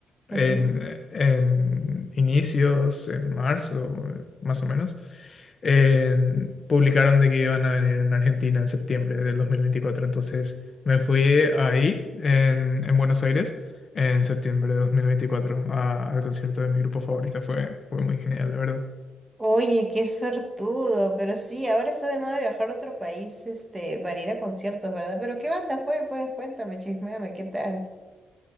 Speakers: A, on the left (about 50°); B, on the right (about 25°).
A: en,
B: ujú.
A: en inicios, en marzo, más o menos, en- publicaron de que iban a venir en Argentina en septiembre del dos mil veinticuatro Entonces me fui ahí, en, en Buenos Aires, en septiembre de 2024, a- al concierto de mi grupo favorito. Fue, fue muy genial, la verdad.
B: Oye, qué suertudo, pero sí, ahora está de moda viajar a otro país, este, para ir a conciertos, ¿verdad? Pero ¿qué banda fue? Pues cuéntame, chisméame, ¿qué tal?